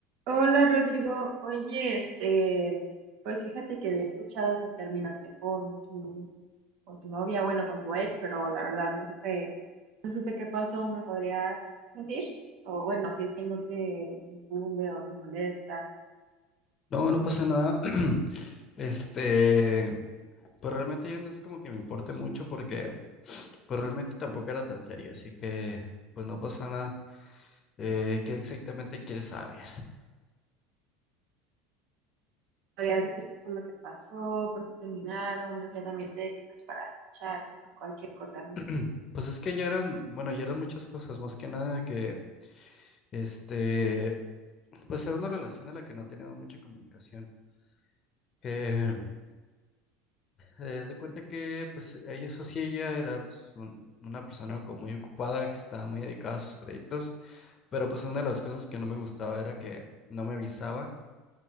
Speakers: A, on the right; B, on the left.
A: Hola Rodrigo, oye, este, pues fíjate que había escuchado que terminaste con tu, con tu novia, bueno, con tu ex, pero la verdad no supe, no supe qué pasó, ¿me podrías decir? O bueno, si es que no te incumbe o te molesta,
B: No, no pasa nada. <clears throat> Este, pues realmente ya no es como que me importe mucho porque pues realmente tampoco era tan serio, así que pues no pasa nada. Eh, ¿qué exactamente quieres saber?
A: ¿podrías decir qué fue lo que pasó, por qué terminaron? O sea, también este aquí es para escucharte por cualquier cosa. ¿no?
B: <clears throat> Pues es que ya eran, bueno, ya eran muchas cosas, más que nada que, este, pues era una relación a la que no teníamos mucha comunicación. Eh, eh, haz de cuenta que, pues, ella, eso sí, ella era pues, un- una persona como muy ocupada, que estaba muy dedicada a sus proyectos, Pero pues una de las cosas que no me gustaba era que no me avisaba,